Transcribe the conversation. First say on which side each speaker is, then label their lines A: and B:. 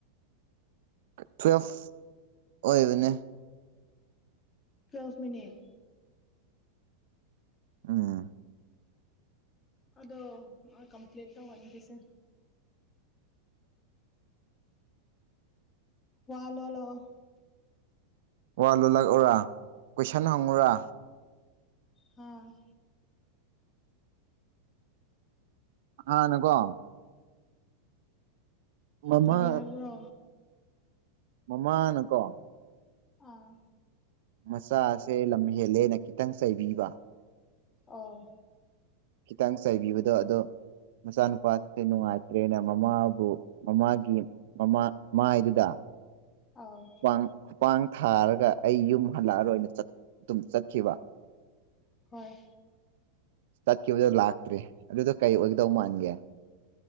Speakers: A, on the right; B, on the left.
A: ꯇꯨꯋꯦꯜꯐ ꯑꯣꯏꯕꯅꯦ
B: ꯇꯨꯋꯦꯜꯞ ꯃꯤꯅꯤꯠ
A: ꯎꯝ
B: ꯑꯗꯣ ꯀꯝꯄ꯭ꯂꯦꯠ ꯇꯧꯍꯟꯈꯤꯁꯦ ꯋꯥ ꯂꯣꯜꯂꯛꯑꯣ
A: ꯋꯥ ꯂꯣꯜꯂꯛꯎꯔꯥ ꯀꯣꯏꯁꯟ ꯍꯪꯉꯨꯔꯥ
B: ꯍꯥꯥ
A: ꯍꯥꯟꯅꯀꯣ ꯃꯃꯥ
B: ꯀꯔꯤ ꯍꯥꯏꯕ꯭ꯔꯣ
A: ꯃꯃꯥꯅ ꯀꯣ
B: ꯑꯥ
A: ꯃꯆꯥꯁꯦ ꯂꯝ ꯍꯦꯜꯂꯦꯅ ꯈꯤꯇꯪ ꯆꯩꯕꯤꯕ
B: ꯑꯥꯎ
A: ꯈꯤꯇꯪ ꯆꯥꯏꯕꯤꯕꯗꯣ ꯑꯗꯣ ꯃꯆꯥꯅꯨꯄꯥ ꯁꯦ ꯅꯨꯡꯉꯥꯏꯇ꯭ꯔꯦꯅ ꯃꯃꯥꯕꯨ ꯃꯃꯥꯒꯤ ꯃꯃꯥ ꯃꯥꯏꯗꯨꯗ
B: ꯑꯥꯎ
A: ꯈꯨꯄꯥꯡ ꯈꯨꯄꯥꯡ ꯊꯥꯔꯒ ꯑꯩ ꯌꯨꯝ ꯍꯜꯂꯛꯑꯔꯣꯏꯅ ꯑꯗꯨꯝ ꯆꯠꯈꯤꯕ
B: ꯍꯣꯏ
A: ꯆꯠꯈꯤꯕꯗꯨ ꯂꯥꯛꯇ꯭ꯔꯦ ꯑꯗꯨꯗꯣ ꯀꯩ ꯑꯣꯏꯒꯗꯧ ꯃꯥꯟꯒꯦ